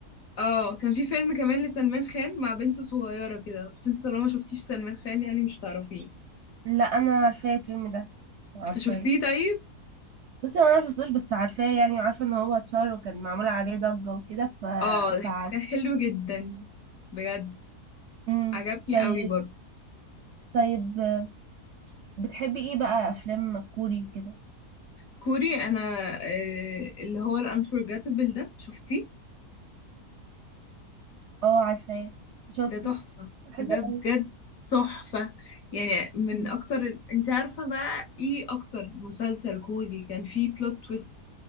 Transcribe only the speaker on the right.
لا أنا عارفاه الفيلم ده عارفاه
بصي هو أنا مشفتوش بس عارفاه يعني وعارفة إن هو اتشهر وكان معمول عليه ضجة وكده ف...
فعارفة
امم
طيب
طيب آه، بتحبي إيه بقى أفلام كوري كده
اه عارفاه شفته
حلو
أوي.
مم.